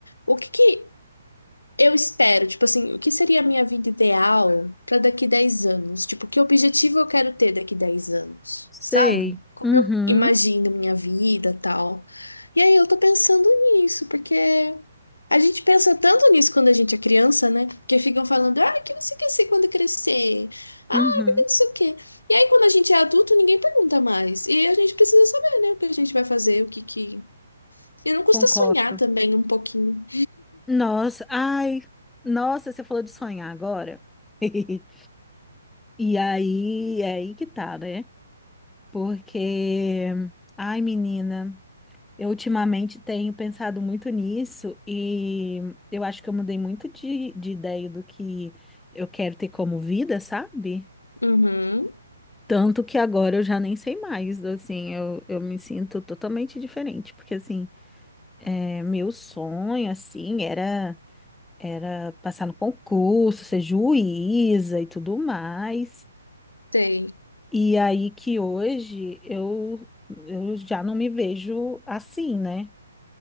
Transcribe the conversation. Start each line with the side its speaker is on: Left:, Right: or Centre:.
Left: o que que eu espero, tipo assim, o que seria a minha vida ideal para daqui 10 anos? Tipo, que objetivo eu quero ter daqui dez anos,
Centre: sei,
Left: sabe? Como
Centre: uhum,
Left: eu imagino minha vida, tal. E aí eu tô pensando nisso, porque a gente pensa tanto nisso quando a gente é criança, né? Porque ficam falando, ah, o que você quer ser quando crescer? Ah,
Centre: uhum,
Left: porque não sei o quê. E aí quando a gente é adulto, ninguém pergunta mais. E a gente precisa saber, né, o que a gente vai fazer, o que que... E não custa
Centre: concordo.
Left: sonhar também um pouquinho.
Centre: Nossa, ai, nossa, você falou de sonhar agora. <laughs> E aí, é aí que tá, né? Porque, ai, menina, eu ultimamente tenho pensado muito nisso e eu acho que eu mudei muito de, de ideia do que eu quero ter como vida, sabe?
Left: Uhum,
Centre: Tanto que agora eu já nem sei mais, assim, eu, eu me sinto totalmente diferente, porque, assim, é, meu sonho, assim, era, era passar no concurso, ser juíza e tudo mais,
Left: sei.
Centre: e aí que hoje eu, eu já não me vejo assim, né?